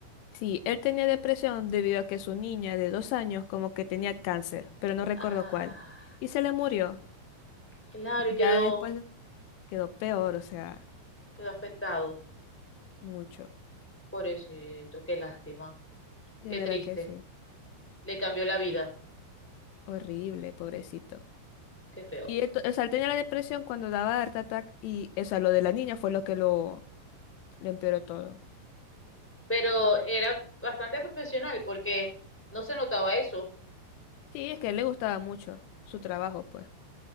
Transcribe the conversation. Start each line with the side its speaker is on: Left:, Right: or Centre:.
Left: Sí, él tenía depresión debido a que su niña de dos años como que tenía cáncer, pero no recuerdo
Centre: Ah,
Left: cuál. Y se le murió.
Centre: Claro,
Left: Y
Centre: y quedó,
Left: ya después quedó peor, o sea,
Centre: quedó afectado.
Left: mucho.
Centre: Pobrecito, qué lástima,
Left: De
Centre: qué
Left: verdad
Centre: triste.
Left: que sí.
Centre: Le cambió la vida,
Left: Horrible, pobrecito.
Centre: qué feo.
Left: Y él, to- o sea, él tenía la depresión cuando daba Art Attack y, o sea, lo de la niña fue lo que lo, lo empeoró todo.
Centre: Pero era bastante profesional porque no se notaba eso.
Left: Sí, es que a él le gustaba mucho su trabajo, pues.